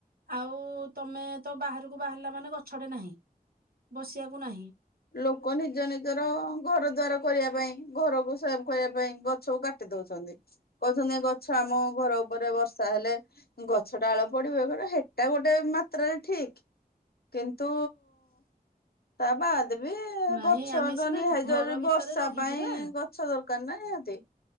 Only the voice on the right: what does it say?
ଆଉ ତମେ ତ ବାହାରକୁ ବାହାରିଲା ମାନେ ଗଛଟେ ନାହିଁ ବସିବାକୁ ନାହିଁ‌।
ନାଇଁ
ଆମେ
ସିନା
ଘର
ଭିତରେ
ରହିଯିବା